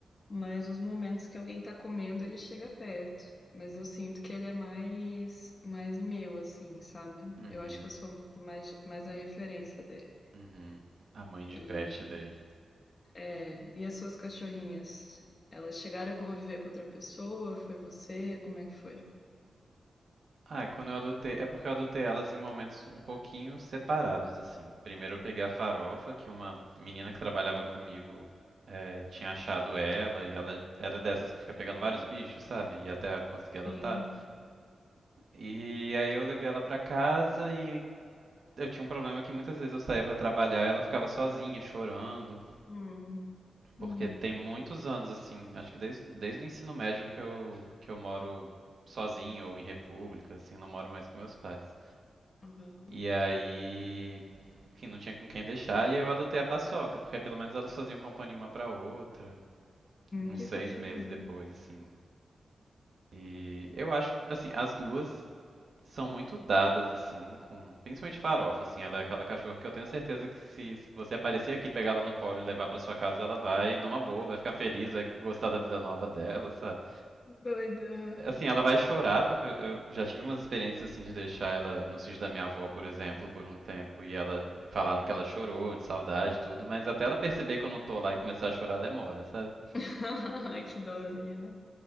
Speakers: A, on the left; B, on the right.
A: mas os momentos que alguém tá comendo, ele chega perto. Mas eu sinto que ele é mais, mais meu, assim, sabe?
B: uhum.
A: Eu acho que eu sou mais, mais a referência dele.
B: Uhum. A mãe de
A: E,
B: pet dele.
A: é, e as suas cachorrinhas? Elas chegaram a conviver com outra pessoa? Foi você? Como é que foi?
B: Ah, quando eu adotei... É porque eu adotei elas em momentos um pouquinho separados, assim. Primeiro eu peguei a farofa, que uma menina que trabalhava comigo é, tinha achado ela e ela era dessas que fica pegando vários bichos, sabe? E até conseguir adotar.
A: Sim.
B: E aí eu levei ela pra casa e Eu tinha um problema que muitas vezes eu saía pra trabalhar e ela ficava sozinha, chorando.
A: Hum, uhum.
B: Porque tem muitos anos, assim, acho que desde, desde o ensino médio que eu, que eu moro sozinho ou em república, assim, não moro mais com meus pais.
A: Hum,
B: E aí, enfim, não tinha com quem deixar, e aí eu adotei a paçoca, porque pelo menos elas faziam companhia uma pra outra, uns
A: que
B: seis
A: fofinho.
B: meses depois, assim. E eu acho, assim, as duas são muito dadas, assim, com. Principalmente farofa, assim, ela é aquela cachorra que eu tenho certeza que se você aparecer aqui, pegar ela no colo e levar pra sua casa, ela vai numa boa, vai ficar feliz, vai gostar da vida nova dela, sabe?
A: Doida.
B: Assim, ela vai chorar, porque eu já tive umas experiências assim de deixar ela no sítio da minha avó, por exemplo, por um tempo, e ela falaram que ela chorou de saudade e tudo, mas até ela perceber que eu não tô lá e começar a chorar demora, sabe?
A: <laughs> Ai, Que dozinha, né?